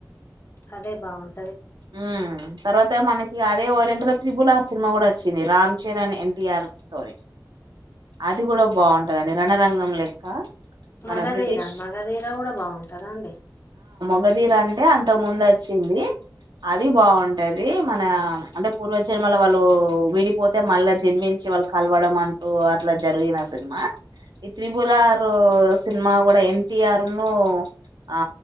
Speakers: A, on the left; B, on the right.
A: అదే బాగున్
B: మ్ తర్వాత మనకి అదే ఓరియంట్ లో త్రిబుల్ ఆర్ సినిమా కూడ వచ్చింది. రామ్ చరణ్, ఎన్టీఆర్ తోని అది కూడ బాంటదండి రణరంగం లెక్క.
A: మగధీర.
B: మన బ్రిటిష్
A: మగధీరా కూడ బావుంటుందా అండి?
B: మగదీర అంటే, అంతక ముందు వచ్చింది. అది బాగుంటాది. మన అంటే, పూర్వజన్మలో వాళ్ళు విడిపోతే, మళ్ళా జన్ మించి వాళ్ళు కలవడం అంటూ, అట్లా జరిగిన సినిమా. ఈ త్రిబులారు సినిమా కూడ ఎన్టిఆర్ను ఆ